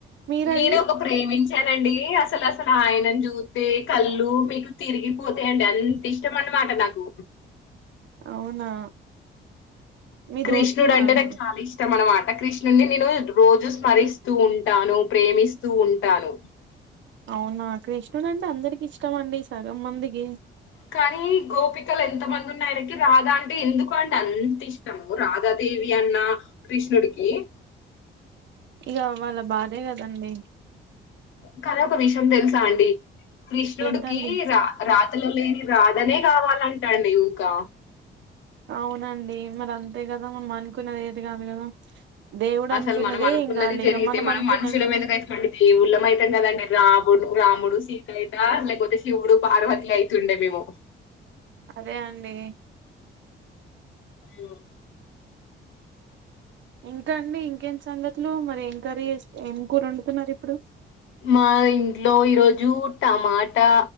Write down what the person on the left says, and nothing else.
నేను ఒక ప్రేమించానండి ఏ అసలు అసలు ఆయన చూస్తే కళ్ళు మీకు తిరిగిపోతాయండి అంత ఇష్టం అన్నమాట నాకు
కృష్ణుడు
అంటే
నాకు చాలా ఇష్టం అనమాట కృష్ణుని నేను రోజు స్మరిస్తూ ఉంటాను ప్రేమిస్తూ ఉంటాను
కానీ గోపికలు ఎంతమంది ఉన్నా ఆయన కి రాదా అంటే ఎందుకు అంట అంత ఇష్టం ఓ రాధాదేవి అన్న కృష్ణుడుకి
కానీ ఒక విషయం తెలుసా అండి కృష్ణుడికి
రా రాత్రల లేని రాధనే కావాలంటాడు నీవుకా
అసలు
మనం అనుకున్నది
జరిగితే
మనం
మనుషుల మీదక అయితు దేవుళ్ళం అైతం కదండి రాబోడు రాముడు సీత అయిత లేకపోతే శివుడు పార్వతి అయితుండే మేము
ఆ
మా ఇంట్లో ఈరోోజు టమాటా